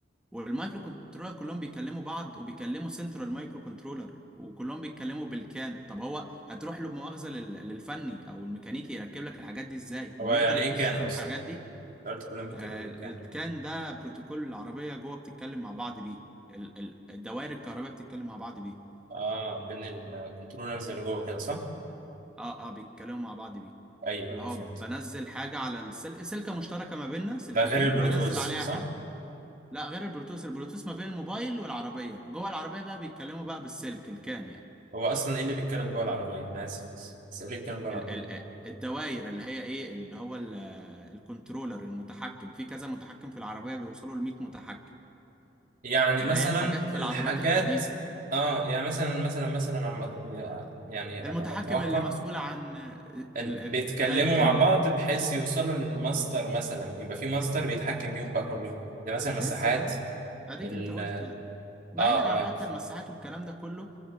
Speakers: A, in the centre; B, on the right.
A: والمايكرو كنترولر كلهم بيكلموا بعض وبيكلموا سنترال مايكرو كنترولر وكلهم بيتكلموا بالكان طب هو هتروح له مؤاخذة لل- للفني او الميكانيكي يركب لك الحاجات دي ازاي هو
B: هو
A: يقدر
B: يعني
A: يخش
B: ايه كان
A: في
B: اصلا
A: الحاجات دي
B: أنت قلت كلهم بيتكلموا
A: آه،
B: بالكان
A: الكان ده بروتوكول العربية جوه بتتكلم مع بعض بيه ال- ال- الدوائر الكهربائية بتتكلم مع بعض بيه
B: اه بين الكنترولرز اللي جوه كده صح
A: اه اه بيتكلموا مع بعض بيه
B: ايوه
A: اللي
B: انا
A: هو
B: فهمت
A: بنزل حاجة على السلك سلكة مشتركة ما بيننا سلكتين
B: ده غير البلوتوز
A: بنزل عليها
B: صح
A: حاجة لا غير البلوتوث البلوتوث ما بين الموبايل والعربية جوه العربية بقى بيتكلموا بقى بالسلك الكان يعني
B: هو اصلا ايه اللي بيتكلم جوه العربيه انا اسف بس بس ايه اللي بيتكلم جوه العربيه
A: ال- ال- الدوائر اللي هي ايه اللي هو ال- الكنترولر المتحكم في كذا متحكم في العربية بيوصلوا ل 100 متحكم
B: يعني
A: اللي
B: مثلا
A: هي الحاجات في
B: الحاجات
A: العربيات الحديثة
B: اه يعني مثلا مثلا مثلا على المج- يعني
A: المتحكم
B: اتوقع
A: اللي مسؤول عن ال-
B: ال-
A: ال-
B: بيتكلموا
A: دايرة
B: مع
A: ال...
B: بعض بحيث يوصلوا للماستر مثلا يبقى في ماستر بيتحكم بيهم بقى كلهم يعني مثلا مساحات
A: بس اديك اديك
B: ال
A: انت قلت يعني بعيدا
B: اه
A: عن حتى
B: اه
A: المساحات والكلام ده كله